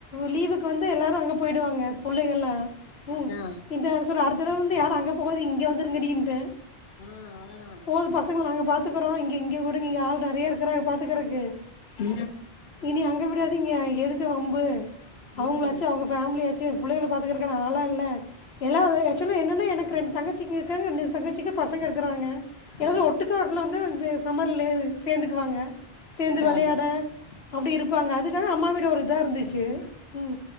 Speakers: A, on the left; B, on the left.
A: லீவுக்கு வந்து எல்லாரு அங்க போயிடுவாங்க பிள்ளைங்களலா ம்
B: அதா
A: இந்த வருஷத்தோட அடுத்த தடவ வந்து யாரு அங்க போகாதிங்க இங்க வந்துருங்கடின்னுட்டே
B: ஆ அவ்ளோதா
A: போது பசங்கள நாங்க பார்த்துக்குறோ இங்க இங்க கூடுங்க இங்க ஆள் நிறைய இருக்கிறாங்க பாத்துக்குறதுக்கு
B: உ
A: இனி அங்க விடாதீங்க எதுக்கு வம்பு அவங்களாச்சு
B: ம்
A: அவுங்க ஃபேமிலியாச்சு பிள்ளை ஓல பார்த்துக்கிறதுக் ஆளா இல்ல எல்லா அது ஆக்சுலி என்னென்னா எனக்கு ரெண்டு தங்கச்சிங்க இருக்காங்க ரெண்டு தங்கச்சிக்கு பசங்க இருக்குறாங்க எல்லாரு
B: ஆ
A: ஒட்டுக்கா அதுல வந்து வந்து சம்மர்ல சேந்துக்குவாங்க சேர்ந்து
B: அதா
A: விளையாட
B: அதா
A: அப்டி இருப்பாங்க அதுனால அம்மாவீடு அவ்லோ ஒரு இத இருந்துச்சி உ